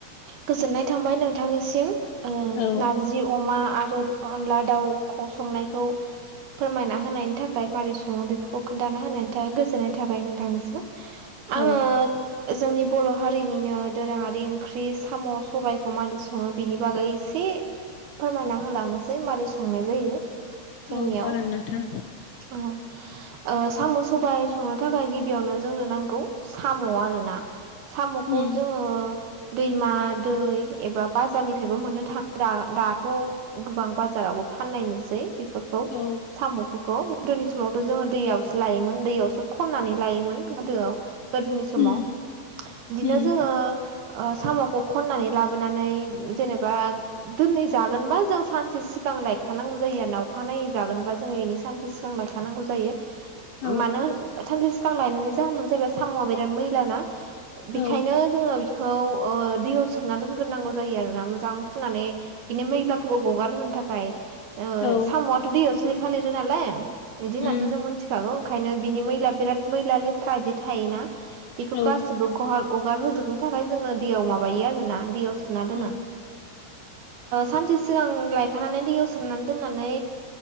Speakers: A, on the right (about 65°); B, on the left (about 80°).
A: गोजोननाय थांबाय नोंथांनिसिम
B: औ
A: नारजि अमा आरो अनला दाउखौ संनायखौ फोरमायना होनायनि थाखाय माबोरै सङो बेफोरखौ खोनथा होनायनि थाखाय गोजोननाय थाबाय नोंथांनिसिम आङो
B: औ
A: जोंनि बर' हारिनिनो दोरोङारि ओंख्रि बे साम' सबायाइखौ मानि सङो बेनि बागै एसे फोरमायना होलांनोसै मारै संनाय जायो जोंनियाव
B: औ जागोन नोंथां
A: औ साम' सबाय संनो थाखाय गिबियावनो जोंनो नांगौ। साम' आरो ना साम'खौ
B: उम
A: जोङो दैमा दै एबा बाजारनिफ्रायबो मोननो थाङो दाथ' गोबां बाजारावबो फाननाय नुसै बेफोरखौ
B: औ
A: साम'फोरखौ। गोदोनि समावथ' जोङो दैयावसो लायोमोन दैयावसो खननानै लायोमोन गोदोआव। गोदोनि समाव
B: उम
A: बिदिनो
B: उम
A: जोङो साम'खौ खननानै लाबोनानै जेनेबा दोननै जागोनबा जों सानसे सिगां लायखानांगौ जायो आरोा अखानायनायै जागोनबा जों एनि सानसे सि गां लायखानांगौ जायो
B: औ
A: मानो सानसे सिगां लायनायनि जाहोनानो जाहैबाय साम'आ बिराद मैला ना बेखायनो
B: औ
A: जोङो बिखौ दैयाव सोमना दोनग्रोनांगौ जायो आरो ना मोजां सुनानै बिनो मैग्लाफोरखौ गगारहोनो थाखाय
B: औ
A: साम'आथ' दैयावसो लेखा लिरो नालाय। बिदि होननानैथ'
B: उम
A: जों मिथिखागौ ओंखायनो बिनि मैला बिराद मैला लेथ्रा बिदि थायोना। बेखौ
B: औ
A: गासिबो गार गगार होजोबनो थाखाय जोङो दैयाव माबायो आरोना दैयाव सोमना दोनो।
B: उम
A: सानसे सिगां लायखानानै दैयाव सोमनानै दोननानै।